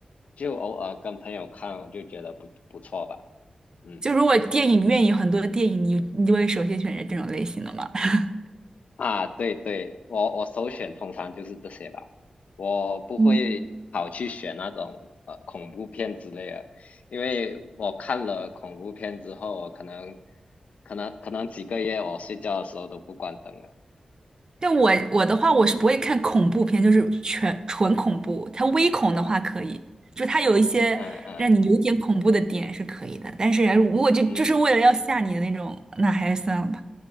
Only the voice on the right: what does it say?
就如果电影院有很多的电影，你你就会首先选择这种类型的嘛？<laughs>
嗯
但我我的话，我是不会看恐怖片，就是全纯恐怖。它微恐的话可以，
就它有一些让你有点恐怖的点是可以的。
但是如果就就是为了要吓你的那种，
那还是算了吧。